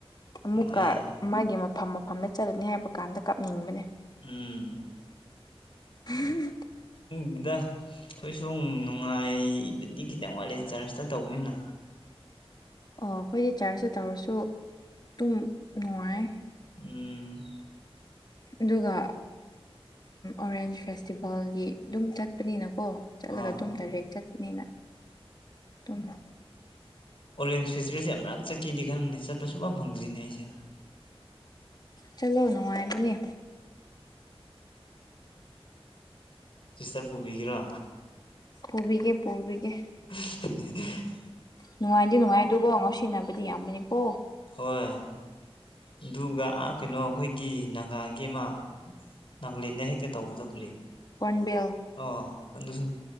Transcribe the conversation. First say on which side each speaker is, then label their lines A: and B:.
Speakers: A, on the left; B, on the left.
A: ꯑꯃꯨꯛꯀ
B: ꯅꯨꯡꯉꯥꯏ
A: ꯃꯥꯒꯤ ꯃꯐꯝ ꯃꯐꯝꯗ ꯆꯠꯂꯅꯤ ꯍꯥꯏꯕ ꯀꯥꯟꯗ ꯀꯞꯅꯤꯡꯕꯅꯦ
B: ꯎꯝ
A: <unintelligible>
B: ꯗꯨꯗ ꯑꯩꯈꯣꯏ ꯁꯨ ꯅꯨꯡꯉꯥꯏꯕꯗꯤ ꯈꯤꯇꯪ ꯋꯥꯠꯂꯤ ꯆꯔꯁꯇ ꯇꯧꯕꯅꯤꯅ
A: ꯑꯣ ꯑꯩꯈꯣꯏ ꯆꯥꯔꯖꯇ ꯇꯧꯔꯁꯨ ꯑꯗꯨꯝ ꯅꯨꯡꯉꯥꯏ
B: ꯎꯝ
A: ꯑꯗꯨꯒ ꯑꯣꯔꯦꯟꯖ ꯐꯦꯁꯇꯤꯚꯦꯜꯒꯤ ꯑꯗꯨꯝ ꯆꯠꯄꯅꯤꯅꯀꯣ ꯆꯠꯂꯒ
B: ꯑꯥ
A: ꯑꯗꯨꯝ ꯗꯥꯏꯔꯦꯛ ꯆꯠꯄꯅꯤꯅ ꯑꯗꯨꯝ
B: ꯑꯣꯔꯦꯟꯁ ꯐꯦꯁꯇꯤꯚꯦꯜꯁꯦ ꯌꯥꯝ ꯃꯔꯛ ꯆꯠꯈꯤꯗꯤꯔꯝꯕꯅꯤ ꯆꯠꯄ ꯁꯨꯐꯝ ꯐꯪꯗ꯭ꯔꯤꯅꯦ ꯑꯩꯁꯦ
A: ꯆꯂꯣ ꯅꯨꯡꯉꯥꯏꯕꯅꯦ
B: ꯁꯤꯁꯇꯔ ꯄꯨꯕꯤꯒꯦꯔꯣ
A: ꯄꯨꯕꯤꯒꯦ ꯄꯨꯕꯤꯒꯦ
B: <unintelligible>
A: ꯅꯨꯡꯉꯥꯏꯗꯤ ꯅꯨꯡꯉꯥꯏꯗꯨꯕꯣ ꯉꯥꯎꯁꯤꯟꯅꯕꯗꯤ ꯌꯥꯝꯕꯅꯤꯀꯣ
B: ꯍꯣꯏ ꯑꯗꯨꯒꯥ ꯀꯩꯅꯣ ꯑꯩꯈꯣꯏꯒꯤ ꯅꯥꯒꯥꯒꯤ ꯑꯃ ꯅꯥꯒꯂꯦꯟꯗ ꯍꯦꯛꯇ ꯇꯧꯕꯗ ꯀ꯭ꯔꯤ
A: ꯍꯣꯔ꯭ꯟꯕꯤꯜ
B: ꯑꯣ ꯑꯗꯨꯁꯨ